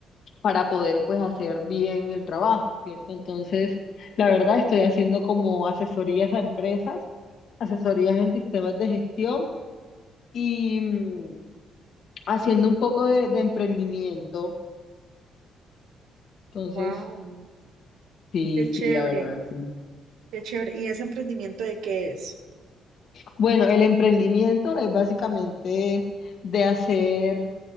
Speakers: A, on the left; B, on the right.
A: para poder pues hacer bien el trabajo, ¿cierto? Entonces, la verdad estoy haciendo como asesorías a empresas, asesorías en sistemas de gestión y mm, haciendo un poco de, de emprendimiento. Entonces,
B: wow,
A: sí,
B: qué chévere,
A: sí, la verdad, sí.
B: qué chévere. ¿Y ese emprendimiento de qué es?
A: Bueno, el emprendimiento es básicamente de hacer